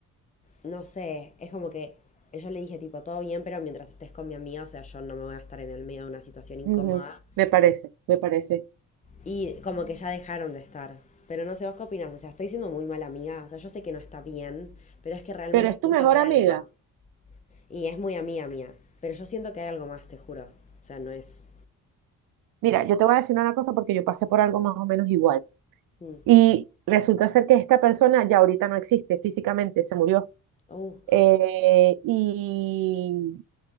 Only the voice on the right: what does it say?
ujú. Me parece, me parece.
Pero es tu
mejor
amiga.
Mira, yo te voy a decir una cosa porque yo pasé por algo más o menos igual.
Y resulta ser que esta persona ya ahorita no existe físicamente, se murió.
Eh, y